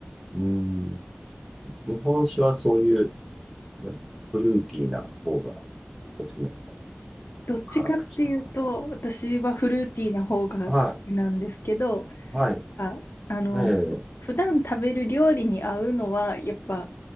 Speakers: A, in the centre; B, on the left (about 80°).
A: うん。日本酒はそういう、なんていうんですか、フルーティーな方がお好きなんですか
B: どっちかっていうと、
A: 辛口とか。
B: 私はフルーティーな方が好きなんですけど、
A: はい。はい。
B: あ、あの、
A: ええ。
B: 普段食べる料理に合うのは、やっぱ、